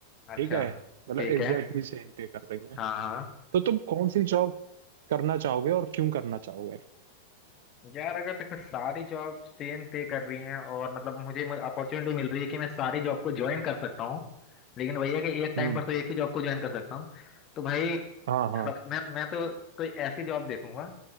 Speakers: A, on the left (about 30°); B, on the right (about 55°).
A: अच्छा
B: ठीक है मतलब
A: ठीक
B: एग्जैक्टली
A: है
B: सेम पे कर रही हैं
A: हाँ हाँ
B: तो तुम कौन सी जॉब करना चाहोगे और क्यों करना चाहोगे
A: यार अगर देखो सारी जॉब सेम पे कर रही हैं और मतलब मुझे मुझे अपॉर्चुनिटी मिल रही है कि मैं सारी जॉब को ज्वाइन कर सकता हूँ लेकिन वही है कि एक टाइम
B: हम्म
A: पर तो एक ही जॉब को ज्वाइन कर सकता हूँ तो भाई
B: हाँ हाँ
A: सब मैं मैं तो कोई ऐसी जॉब देखूंगा